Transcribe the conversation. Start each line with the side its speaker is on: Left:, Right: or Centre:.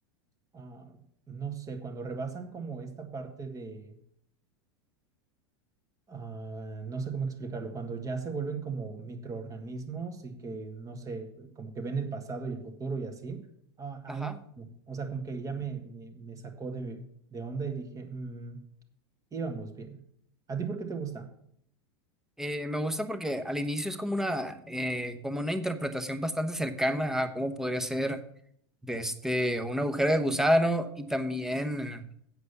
Right: ah, no sé, cuando rebasan como esta parte de, ah, no sé cómo explicarlo, cuando ya se vuelven como microorganismos y que, no sé, como que ven el pasado y el futuro y así, ah, ahí,
Centre: ajá.
Right: o sea, como que ya me, me, me sacó de, de onda y dije, "Mm, íbamos bien. ¿A ti por qué te gusta?
Centre: Eh, me gusta porque al inicio es como una, eh, como una interpretación bastante cercana a cómo podría ser de este, un agujero de gusano y también